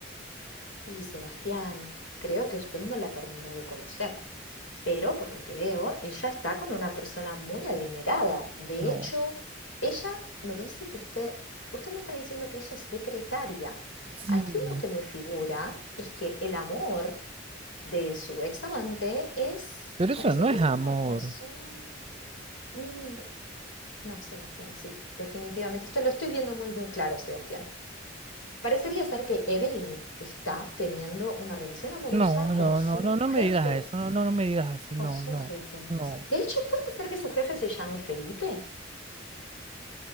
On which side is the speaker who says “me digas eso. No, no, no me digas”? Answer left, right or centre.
Right